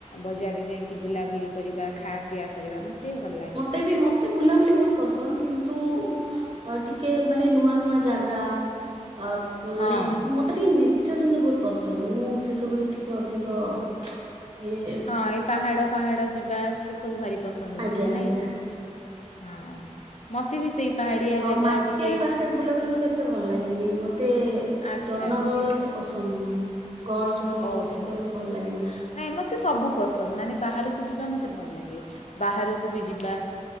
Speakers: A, on the left; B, on the right.
A: ବଜାରରେ ଯାଇକି ବୁଲାବୁଲି କରିବା ଖା ପିଆ କରିବା ମୋତେ ଟିକେ ଭଲ ଲାଗେ
B: ମୋତେ ବି ମୋତେ ବୁଲାବୁଲି ବହୁତ ପସନ୍ଦ କିନ୍ତୁ ଅ, ଟିକେ ମାନେ ନୂଆ ନୂଆ ଜା ଗା ଅ,
A: ହଁ
B: ମାନେ ମୋ ତେ ଟିକେ ନେଚର୍ ଜିନିଷ ବହୁତ ପସନ୍ଦ ମୁଁ ସେସବୁରେ ଟିକେ ଅଧିକ ଇଏ
A: ହଁ ଏଇ ପାହାଡ଼ ପାହାଡ଼ ଯିବା ସେସବୁ ଭାରି ପସନ୍ଦ ହଉଥିବ
B: ଆଜ୍ଞା ଆଜ୍ଞା
A: ନାଇଁ? ହଁ ମୋତେ ବି ସେଇ ପାହାଡ଼ିଆ
B: ଆଉ
A: ଜାଗା
B: ମାର୍କେଟ
A: ଟିକେ
B: ଫାର୍କେଟ ବୁଲାବୁଲି ମୋତେ ଏତେ ଭଲ ଲାଗେନି ମୋତେ
A: ଆଚ୍ଛା
B: ଜନଗହଳ
A: ଆଚ୍ଛା
B: ଏତେ ପସ ସନ୍ ନୁହେଁ। ଗହଳ ଚହଳ ଯୋଉଠି
A: ଓହୋ
B: ଅଧିକ ଥିବ ମୋତେ ଭଲ ଲାଗେନି।
A: ନାଇଁ ମୋତେ ସବୁ ପସନ୍ଦ। ମାନେ ବାହାରକୁ ଯିବା ମୋତେ ଭଲ ଲାଗେ। ବାହାରକୁ ବି ଯିବା।